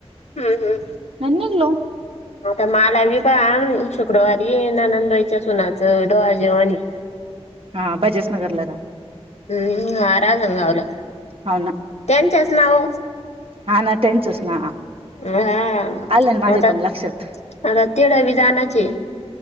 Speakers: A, on the left (about 85°); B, on the right (about 55°).
A: हा हा
B: आणि निघलो
A: आता माला बी प शुक्रवारी ननंदबाईच्या सुनाचं डोळ जेवण आहे
B: हां बजाज नगरला का
A: हम्म हा राजगावला
B: हो ना
A: त्यांच्याच नाव
B: हा ना त्यांचच ना,
A: हा
B: आलंन माझे
A: आता
B: पण लक्षात
A: आता तड बी जाण्याचे